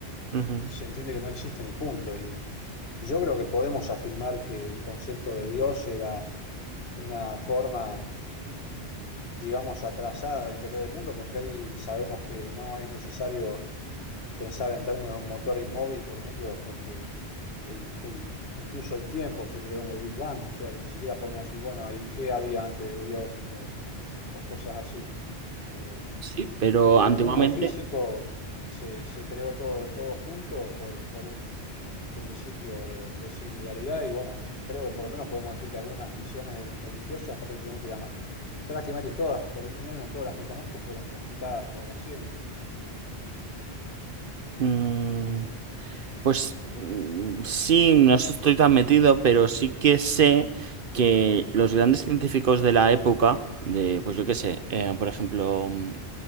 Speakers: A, on the right; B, on the left.
A: Ujú.
B: se entiende que no existen y punto. Y yo creo que podemos afirmar que el concepto de Dios era una forma, mm, digamos, atrasada de entender el mundo, porque hoy sabemos que no es necesario pensar en términos de un motor inmóvil, por ejemplo, porque el- el- incluso el tiempo se creó en el Big Bang, o sea que ni siquiera podemos decir, bueno, ¿y qué había antes de Dios? o o cosas así. Eh,
A: Sí, Pero
B: el, el
A: antiguamente,
B: mundo físico se, se creó todo, todo junto por, por un principio de, de singularidad y bueno, creo que por lo menos podemos decir que algunas visiones religiosas, prácticamente, la ma- prácticamente todas, por lo menos todas las que conozco, fueron refutadas por la ciencia.
A: mm, pues mm, sí, no estoy tan metido, pero sí que sé que los grandes científicos de la época, de, pues yo qué sé, eh, por ejemplo. mm,